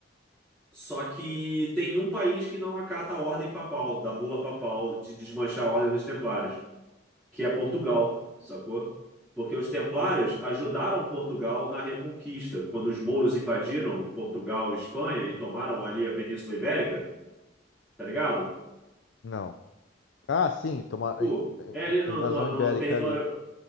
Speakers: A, in the centre; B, on the left.
A: só que tem um país que não acata a ordem papal, da bula papal, de desmanchar a ordem dos Templários. que é Portugal, sacou? Porque os Templários ajudaram Portugal na Reconquista, quando os mouros invadiram Portugal e Espanha e tomaram ali a Península Ibérica, tá ligado?
B: Não. Ah, sim, tomaram
A: Pô,
B: em- em-
A: é ali no,
B: a invasão
A: no- no
B: ibérica
A: território.
B: ali.